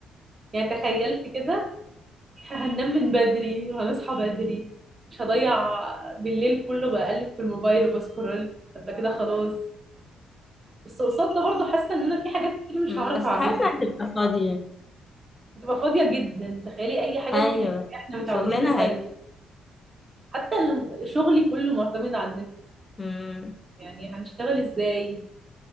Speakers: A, on the right; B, on the left.
A: يعني تخيلت كده هننام من بدري وهنصحى بدري مش هضيع بالليل كله بقلب في الموبايل وبسكرول هبقى كده خلاص بس قصاد ده برضه حاسه ان انا في حاجات كتير مش
B: مم.
A: هعرف
B: بس
A: اعملها
B: حياتنا هتبقى فاضية
A: هتبقى فاضيه جدا تخيلي اي حاجه
B: ايوه
A: انت محتاجه احنا متعودين
B: شغلنا
A: نسال
B: هي
A: النت حتى الم- شغلي كله معتمد على النت
B: مم.
A: يعني هنشتغل ازاي